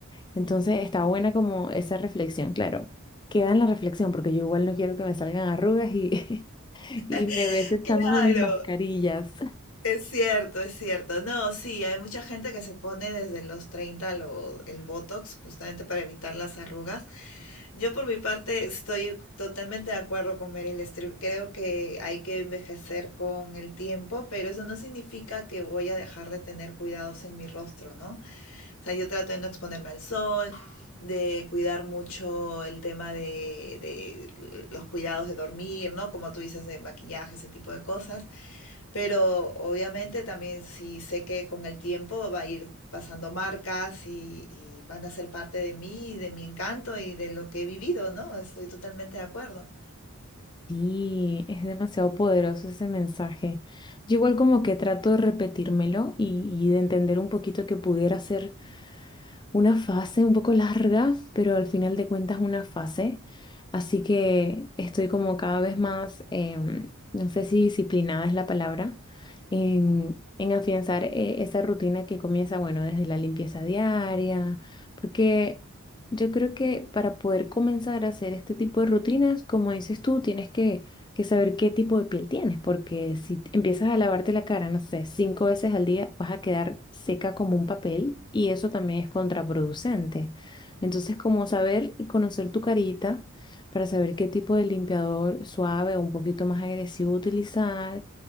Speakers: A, on the left; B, on the left.
A: Entonces está buena como esa reflexión, claro. Queda en la reflexión porque yo igual no quiero que me salgan arrugas y, <laughs>
B: <laughs>
A: y me ves echándome
B: Claro,
A: mis mascarillas.
B: Es cierto, es cierto. No, sí, hay mucha gente que se pone desde los 30 lo- el Botox justamente para evitar las arrugas. Yo por mi parte estoy totalmente de acuerdo con Meryl Streep. Creo que hay que envejecer con el tiempo, pero eso no significa que voy a dejar de tener cuidados en mi rostro, ¿no? O sea, yo trato de no exponerme al sol, de cuidar mucho el tema de, de los cuidados de dormir, ¿no? Como tú dices, de maquillaje, ese tipo de cosas. Pero obviamente también sí sé que con el tiempo va a ir pasando marcas y, y van a ser parte de mí, y de mi encanto y de lo que he vivido, ¿no? Estoy totalmente de acuerdo.
A: Sí, es demasiado poderoso ese mensaje. Yo igual como que trato de repetírmelo y, y de entender un poquito que pudiera ser una fase un poco larga, pero al final de cuentas una fase. Así que estoy como cada vez más, em, no sé si disciplinada es la palabra, en, en afianzar eh, esa rutina que comienza, bueno, desde la limpieza diaria, porque yo creo que para poder comenzar a hacer este tipo de rutinas, como dices tú, tienes que que saber qué tipo de piel tienes, porque si t- empiezas a lavarte la cara, no sé, cinco veces al día, vas a quedar seca como un papel y eso también es contraproducente. Entonces, como saber y conocer tu carita para saber qué tipo de limpiador suave o un poquito más agresivo utilizar,